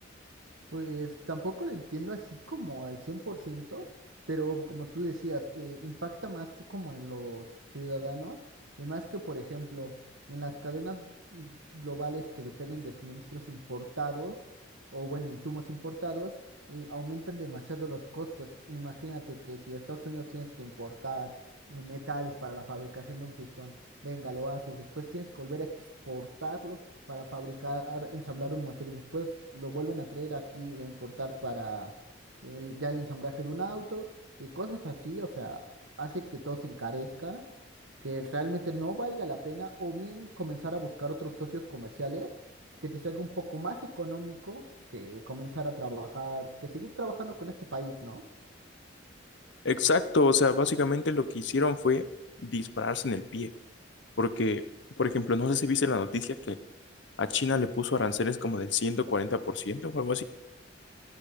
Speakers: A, on the right; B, on the left.
A: Pues tampoco lo entiendo así como al cien por ciento pero como tú decías, eh, impacta más como en los ciudadanos, y más que, por ejemplo, en las cadenas gl- globales que dependen de suministros importados o, bueno, insumos importados, eh, aumentan demasiado los costos. Imagínate que si de Estados Unidos tienes que importar eh, metales para la fabricación de un pistón, venga, lo haces, después tienes que volver a exportarlo para fabricar, ensamblar un motor y después lo vuelven a traer aquí a importar para el, ya el ensamblaje de un auto y cosas así, o sea, hace que todo se encarezca, que realmente no valga la pena o bien comenzar a buscar otros socios comerciales que te salga un poco más económico que comenzar a trabajar, que seguir trabajando con este país, ¿no?
B: Exacto, o sea, básicamente lo que hicieron fue dispararse en el pie, porque, por ejemplo, no sé si viste la noticia que a China le puso aranceles como del 140% o algo así.